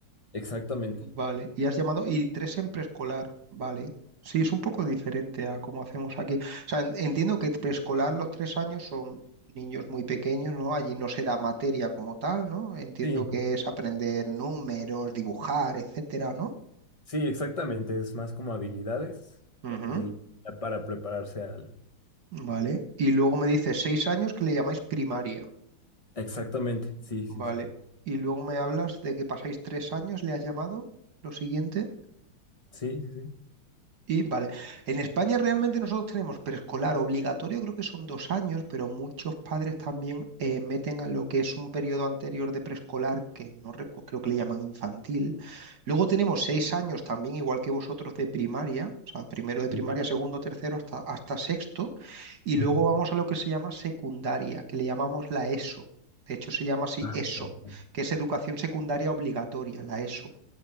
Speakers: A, on the left; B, on the right.
A: Exactamente.
B: Vale, y has llamado, y tres en preescolar, vale. Sí, es un poco diferente a cómo hacemos aquí. O sea, en- entiendo que preescolar los tres años son niños muy pequeños, ¿no? Allí no se da materia como tal, ¿no? Entiendo
A: Sí,
B: que es aprender números, dibujar, etcétera, ¿no?
A: sí, exactamente. Es más como habilidades pa-
B: Ujú,
A: y ya para prepararse al...
B: Vale. Y luego me dices seis años que le llamáis primaria,
A: Exactamente. Sí, sí,
B: vale.
A: sí.
B: Y luego me hablas de que pasáis tres años, ¿le has llamado? Lo siguiente.
A: Sí, sí, sí.
B: Y vale, en España realmente nosotros tenemos preescolar obligatorio, creo que son dos años, pero muchos padres también eh, meten a lo que es un periodo anterior de preescolar, que no recu- creo que le llaman infantil. Luego tenemos seis años también, igual que vosotros, de primaria, o sea, primero de
A: Sí.
B: primaria, segundo, tercero, hasta, hasta sexto. Y
A: Ujú.
B: luego vamos a lo que se llama secundaria, que le llamamos la ESO. De hecho, se llama así
A: Ah,
B: ESO,
A: perdón.
B: que es educación secundaria obligatoria, la ESO.